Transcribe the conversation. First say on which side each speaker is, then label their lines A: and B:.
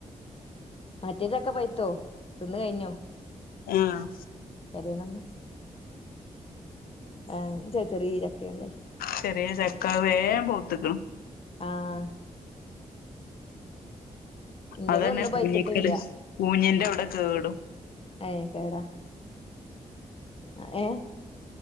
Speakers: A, on the left; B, on the left.
A: മറ്റേതൊക്കെപൈത്തോ തിന്ന് കൈ ഞ്ഞോ?
B: ആഹ്..
A: പെരിനന്ന് ആ.. ന്ന് ചെയ് ചെറീയ ചകെ ണ്ലെ
B: ചെറേയ് ചക്ക വേഗം പൂത്ക്ണ്
A: ആ.. ഹ് ഇന്റേത്
B: അതെന്നെ
A: ഒന്നും
B: പൂഞ്ഞിക്ണ്
A: പൈത്തിട്ടില്ല
B: പൂഞ്ഞിന്റെഅവ്ടെ കേടും
A: ഏ.. കേടാ.. അഏഹ്..